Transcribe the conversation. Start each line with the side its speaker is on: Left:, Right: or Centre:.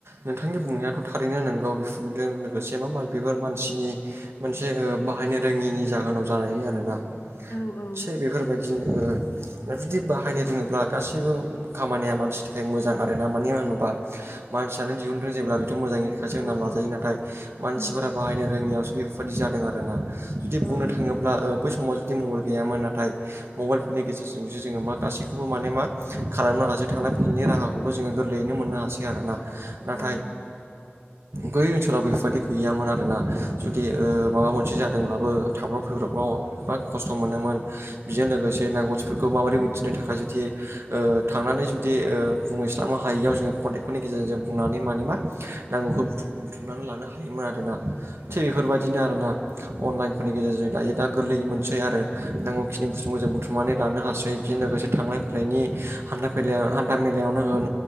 Right: नोंथांनि बुंनायाथ' थारैनो नंगौ बिफुदों लोगोसे मा मा बेफोर मानसिनि मोनसे ओ बाहायनो रोङिनि जाहोनाव जानायनि आरोना
Left: औ औ
Right: थि बेफोरबायदि बिदिनो ओ जुदि बाहायनो रोङोब्ला गासैबो खामानिया मानसिनि थाखाय मोजां आरोना मानो होनोबा मानसि फोरानो दिहुनदों जेब्ला बेथ' मोजाङैखासो
Left: औ
Right: होनना लाजायो
Left: औ
Right: नाथाय मानसिफोरा
Left: नोंगौ
Right: बाहायनो रोङैयाव सो बे बायदि जादों आरोना जुदि
Left: औ
Right: बुंनो थाङोब्ला ओ बै समाव जुदि मबाइल गैयामोन नाथाय मबाइलफोरनि गेजेरजोंसो जोङो मा गासैखौबो माने मा खालामनो हासै थांलाय फैनैनायनि राहा खौबो जोङो गोरलैयैनो मोननो हासै आरोना नाथाय
Left: औ नंगौ
Right: बै ओनसोलाव बेफोरबायदि गैयामोन आरोना जुदि ओ माबा मोनसे जादोंब्लाबो थांब्रब फैब्रबाव बिराद खस्थ' मोनोमोन। बिजों लोगोसे नांगौथिफोरखौ माबोरै मिथिनो थाखाय जुदि ओ थांनानै जुदि ओ बुंहैस्लाबनो हायियाव जोङो कन्टेक्टफोरनि गेजेरजों जों बुनानै माने मा नांगौखौ बुुथु-बुथुमनानै लानो हायोमोन आरोना। थिग बेफोरबायदिनो
Left: औ औ
Right: आरो ना। अनलाइनफोरनि गेजेरजों दायो दा गोरलै मोनसै आरो नांगौखिनि बुसथुखौ जों बुथुमनानै लानो हासै। बेजों लोगोसे थांलाय फैलायनि हान्था मेलाया हान्था मेलायावनो होन